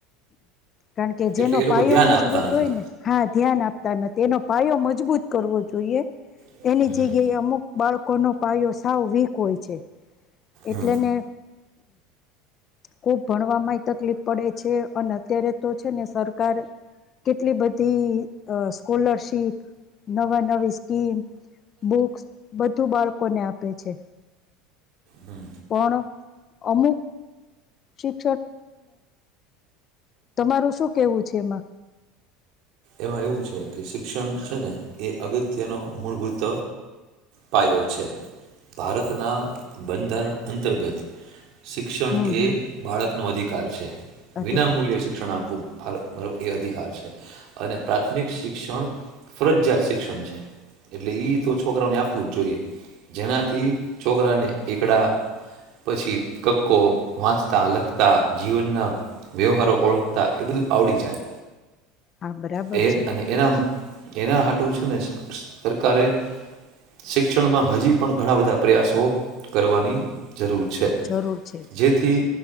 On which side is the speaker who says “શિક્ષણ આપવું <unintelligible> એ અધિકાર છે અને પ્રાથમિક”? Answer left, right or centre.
Right